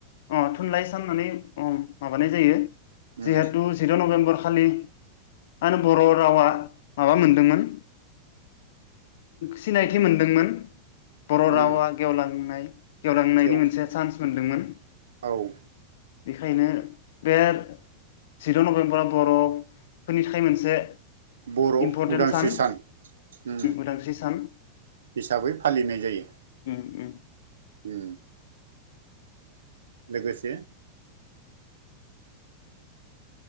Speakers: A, on the left; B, on the right.
A: अ थुनलाइ साननानै अ माबानाय जायो
B: उम
A: जिहेथु जिद' नभेम्बर खालि आरो बर रावा माबा मोनदोंमोन सिनायथि मोनदोंमोन बर
B: उम
A: रावा गेवलांनाय गेवलांनायनि
B: बेयाव
A: मोनसे चान्स मोनदोंमोन
B: औ
A: बेखायनो बे जिद नभेम्बराव बर फोरनि थाखाय मोनसे
B: बर'
A: इम्परटेन्ट
B: उदांस्रि
A: सान
B: उम
A: उदांस्रि सान
B: हिसाबै फालिनाय जायो
A: उम उम
B: उ लोगोसे